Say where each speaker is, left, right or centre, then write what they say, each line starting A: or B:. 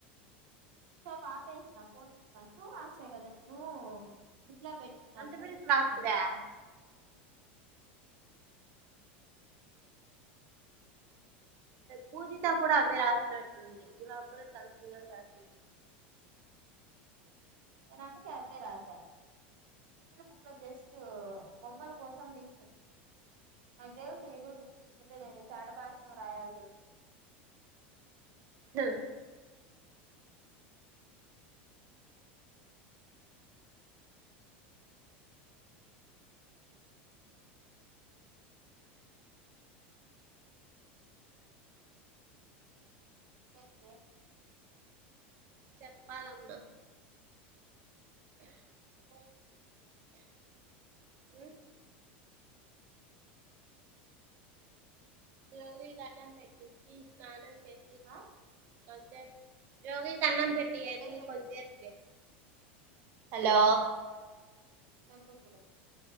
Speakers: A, on the right; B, on the right.
A: సో పాప వేసిన ఫోన్ <unintelligible> టూ మార్క్సే కదా నేను ఫ్రిడ్జ్ లొ పెట్టినను <unintelligible> దాంలో
B: అంత బిరుసు
A: చిన్న
B: రాస్తివా పూజిత కూడా అవే రాసినట్టుంది ఇలా కూడా తాను చిన్నవి రాసింది
A: నేను అందుకే అంతే రాసా చిన్న బుక్ లో జస్ట్ బొమ్మలు కోసం తీసుకున్నా నాకు తెలుసు ఇ పిల్ల బుక్ తీసుకుంటే చాటభారతం రాయాల్సి వస్తుం
B: హ్
A: ఇంకేంటి
B: చెప్పాలమ్మా
A: ఉ
B: మ్ రోజు దండం పెట్టించి స్నానం చేసి
A: ఆ
B: అంతే జొగి అన్నం పెట్టియలి
A: దగ్గర పెట్టుకున్నా
B: కొంచెపుకి హలో
A: సరిపొతద